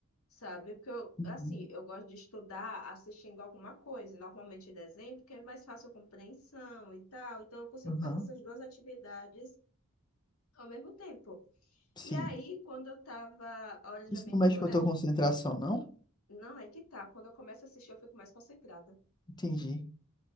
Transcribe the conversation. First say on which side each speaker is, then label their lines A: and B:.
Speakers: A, on the left; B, on the left.
A: sabe? Porque eu,
B: Uhum.
A: assim, eu gosto de estudar assistindo alguma coisa, normalmente desenho, porque é mais fácil a compreensão e tal, então eu consigo
B: Aham.
A: fazer essas duas atividades ao mesmo tempo.
B: Sim.
A: E aí, quando eu tava Hora de
B: Isso
A: Aventura,
B: não mexe com a tua concentração, não?
A: não, é que tá. Quando eu começo a assistir, eu fico mais concentrada.
B: Entendi.